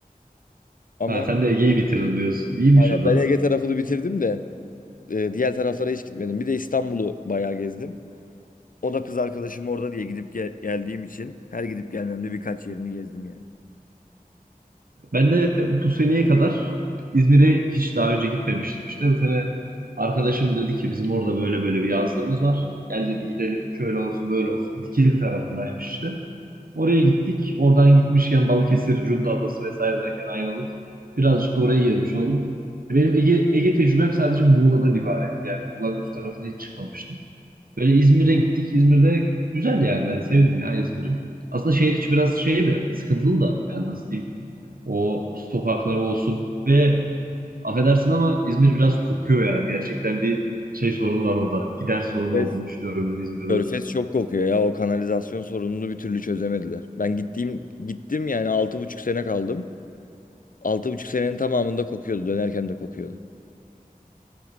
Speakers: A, on the left (about 65°); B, on the right (about 70°).
A: Ama
B: Ha, sen de Ege'yi bitirdin diyorsun. İyiymiş
A: aynen,
B: o da.
A: ben Ege tarafını bitirdim de e, diğer taraflara hiç gitmedim. Bir de İstanbul'u bayağı gezdim. O da kız arkadaşım orada diye gidip gel- geldiğim için her gidip gelmemde birkaç yerini gezdim yani.
B: Ben de bu seneye kadar İzmir'e hiç daha önce gitmemiştim işte. Bu sene arkadaşım dedi ki bizim orada böyle böyle bir yazlığımız var. Gel dedi gidelim şöyle olsun böyle olsun. Dikili tarafındaymış işte. Oraya gittik. Oradan gitmişken Balıkesir, Cunda Adası vesaire derken Ayvalık. Birazcık da oraya gezmiş oldum. E, Benim Ege, Ege tecrübem sadece Muğla'dan ibaretti yani. Muğla'nın üst tarafında hiç çıkmamıştım. Böyle İzmir'e gittik. İzmir'de güzel yani ben sevdim ya İzmir'i. Aslında şehir içi biraz şey de sıkıntılı da yani nasıl diyeyim. O sokakları olsun ve affedersin ama İzmir biraz kokuyor yani. Gerçekten bir şey sorunu var orada. Gider sorunu
A: Körfez,
B: olduğunu düşünüyorum ben İzmir'de.
A: Körfez çok kokuyor ya. O kanalizasyon sorununu bir türlü çözemediler. Ben gittiğim gittim yani altı buçuk sene kaldım. Altı buçuk senenin tamamında kokuyordu. Dönerken de kokuyordu.